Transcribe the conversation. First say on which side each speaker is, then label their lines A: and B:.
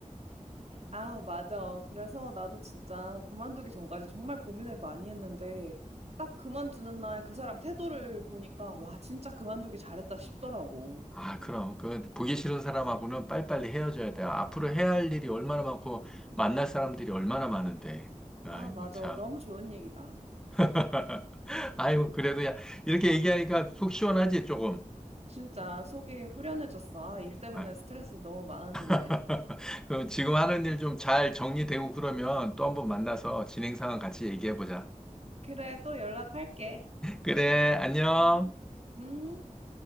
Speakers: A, on the right; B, in the centre.
A: 아, 맞아. 그래서 나도 진짜 그만두기 전까지 정말 고민을 많이 했는데, 딱 그만두는 날 그 사람 태도를 보니까, 와, 진짜 그만두기 잘했다 싶더라고.
B: 아, 그럼. 그, 보기 싫은 사람하고는 빨리빨리 헤어져야 돼요. 앞으로 해야 할 일이 얼마나 많고, 만날 사람들이 얼마나 많은데. 아이고,
A: 아, 맞아.
B: 참.
A: 너무 좋은 얘기다.
B: <laughs> 아이고, 그래도 야, 이렇게 얘기하니까 속 시원하지, 조금.
A: 진짜 속이 후련해졌어. 아, 일 때문에
B: 아,
A: 스트레스 너무 많았는데.
B: <laughs> 그럼 지금 하는 일 좀 잘 정리되고 그러면 또 한번 만나서 진행 상황 같이 얘기해보자.
A: 그래, 또 연락할게.
B: 그래, 안녕.
A: 음. 음.